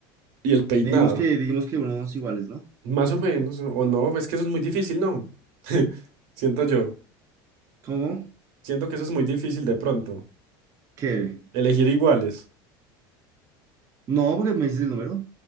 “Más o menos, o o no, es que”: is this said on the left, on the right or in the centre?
Right